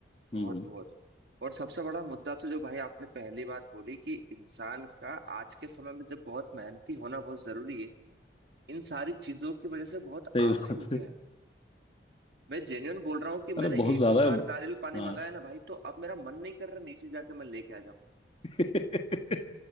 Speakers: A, on the right; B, on the left.
A: बहुत
B: हम्म।
A: बहुत और सबसे बड़ा मुद्दा तो जो भाई आपने पहली बात बोली कि इंसान का आज के समय में जब बहुत मेहनती होना बहुत जरूरी है इन सारी चीजों की वजह से बहुत
B: सही
A: आलसी
B: बात
A: हो
B: है
A: गया है मैं जेन्युइन बोल रहा हूँ कि
B: अरे
A: मैंने
B: बहुत
A: एक
B: ज्यादा
A: दो बार
B: है
A: नारियल पानी
B: हाँ
A: मंगाया ना भाई तो अब मेरा मन नहीं कर रहा नीचे जाके मैं लेके आ जाऊँ
B: <laughs>